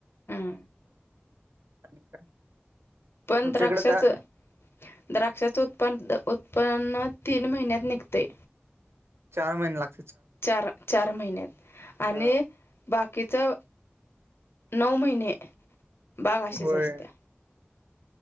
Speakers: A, on the left; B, on the right.
A: हम्म
B: आणि काय
A: पंध्रशच
B: तुमच्याकडे जा
A: द्राक्षाचे उत्पन्न तीन महिन्यात निघते
B: चार महिने लागात
A: चार चार महिन्यात आणि
B: अ
A: बाकीचा नऊ महिने बागाशीच
B: होय
A: असते